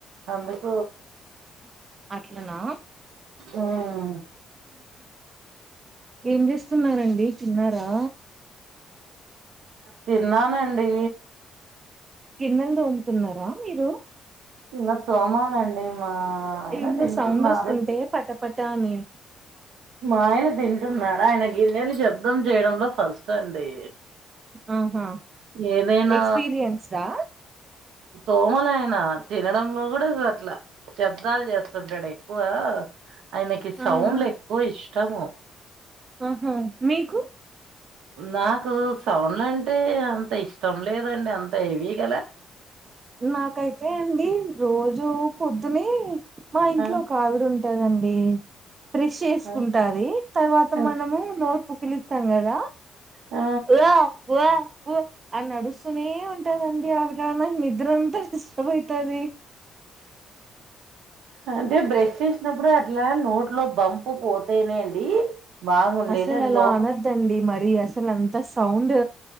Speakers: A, on the right; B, on the right.
A: అందుకు
B: అట్లనా
A: మ్మ్
B: ఏం చేస్తున్నండి తిన్నారా
A: తిన్నానండి
B: కిన్నెలు దోముతున్నారా మీరు
A: మత్త అమనండి మా ఆయన
B: ఎన్నో
A: తింటున్నారు
B: సౌండ్ వస్తుంటే పట పట అని
A: మా ఆయన తింటున్నాడు ఆయన గిన్నెలు శబ్దం చేయడంలో ఫస్ట్ అండి
B: ఆహా
A: ఏదైనా
B: ఎక్స్పీరియన్స్డా
A: తోమలైన తినడంలో కూడా అట్లా శబ్దాలు చేస్తుంటాడు ఎక్కువ ఆయనకి సౌండ్
B: ఆహా
A: లు ఎక్కువ ఇష్టము
B: ఆహా మీకు
A: నాకు సౌండ్ల అంటే అంత ఇష్టం లేదండి అంత హెవీ గా లే
B: నాకైతే అండి రోజూ పొద్దునే మా ఇంట్లో
A: ఆ
B: ఒక ఆవిడ ఉంటాదండి అడి ప్ర్రెష్ చేసుకుంటది
A: ఆ
B: తర్వాత
A: ఆ
B: మనము నోర్ పూకిలిస్తాం కదా
A: ఆ!
B: వ్యా వ్యా ఆ అరుస్తూనే ఉంటదండి ఆవిడ నిద్రాంత డిస్టబ్ వైతది
A: అంటే బ్రష్ చేసినప్పుడు అట్లా నోట్లో బంపు పోతేనే అండి బాగుండేది
B: అసలు
A: అది
B: అలా
A: లోపల
B: అనద్దండి మరి అసలు అంత సౌండ్